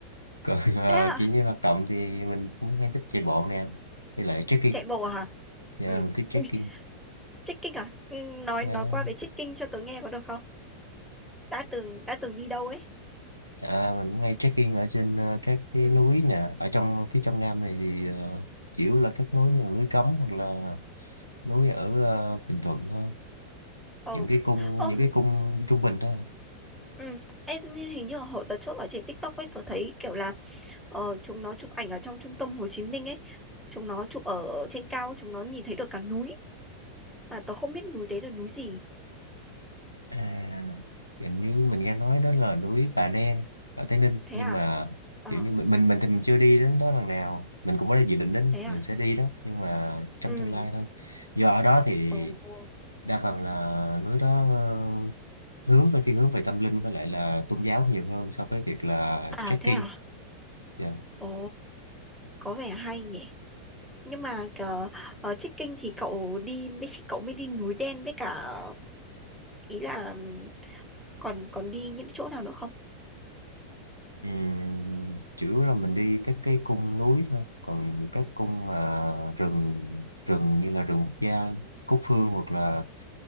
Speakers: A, on the left; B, in the centre.
A: còn ờ,
B: thế à
A: kiểu như hoạt động thì mình cũng hay thích chạy bộ nè với lại trekking
B: chạy bộ à hả
A: giờ
B: ừ
A: mình thích trekking
B: ui trekking à ừ, nói
A: yeah.
B: nói qua về trekking cho tớ nghe có được không đã từng đã từng đi đâu ấy
A: À, mình cũng hay trekking ở trên ờ, các cái
B: ừ
A: núi nè ở trong phía trong Nam này thì ờ, chủ yếu là các núi như là núi Cấm hoặc là núi ở ờ, Bình Thuận thôi
B: ồ
A: những cái cung
B: ồ
A: những cái cung trung bình thôi
B: ừ em hình như hồi đợt trước ở trên TikTok ấy tớ thấy kiểu là ờ, chúng nó chụp ảnh ở trong trung tâm Hồ Chí Minh ấy chúng nó chụp ở trên cao chúng nó nhìn thấy được cả núi mà tớ không biết núi đấy là núi gì
A: à, hình như mình nghe nói đó là núi Bà Đen ở Tây Ninh
B: thế
A: nhưng
B: à
A: mà
B: à
A: kiểu như mình mình mình thì mình chưa đi đến đó lần nào mình cũng có dự định đến
B: thế
A: mình
B: à
A: sẽ đi đó nhưng mà trong
B: ừ
A: tương lai thôi do ở đó thì
B: ồ
A: đa phần là núi đó ờ, hướng về thiên hướng về tâm linh với lại là tôn giáo nhiều hơn so với việc là
B: à
A: trekking
B: thế à
A: yeah.
B: ồ có vẻ hay nhỉ nhưng mà ờ, ở trekking thì cậu đi Mexico cậu mới đi núi đen với cả ý là còn còn đi những chỗ nào nữa không?
A: Ừm, chủ yếu là mình đi các cái cung núi thôi còn các cung mà rừng rừng như là rừng quốc gia Cúc Phương hoặc là